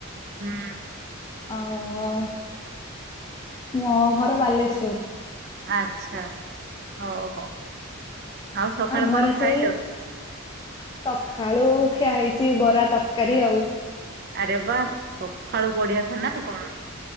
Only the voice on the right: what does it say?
ହୁଁ।
ଆଚ୍ଛା ହଉ ହଉ ଆଉ ସଖାଳେ
କଣ
ଖାଇଲ?
ଆରେ ବା ସଖାଳୁ ବଢିଆ ଖାନା କଣ